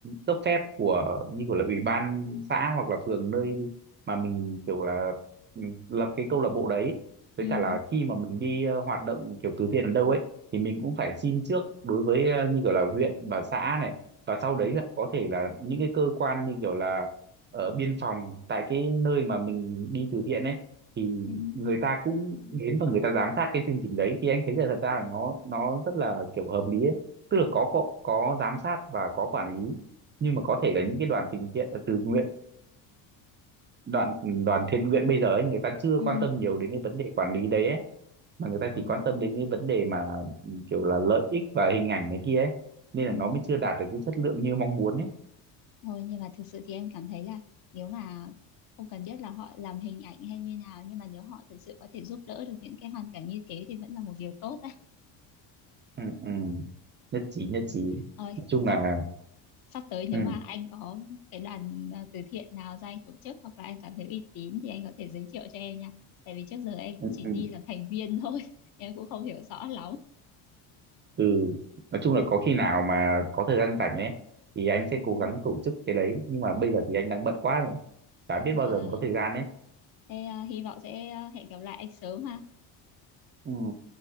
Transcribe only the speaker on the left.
ừ
ừ
ừ.
À.
Ừ.
Thôi nhưng mà thực sự thì em cảm thấy là nếu mà không cần biết là họ làm hình ảnh hay như nào nhưng mà nếu họ thực sự có thể giúp đỡ được những cái hoàn cảnh như thế thì vẫn là một điều tốt á.
À,
Thôi
sắp
sắp tới nếu
mà anh có cái đoàn à, từ thiện nào ra anh tổ chức hoặc là anh cảm thấy uy tín thì anh có thể giới thiệu cho em nha. Tại vì trước giờ em
cũng chỉ
đi là thành viên thôi, <laughs> em cũng không hiểu rõ lắm.
<laughs>
Ừ.
À,
thế à, hy vọng sẽ à, hẹn gặp lại anh sớm ha.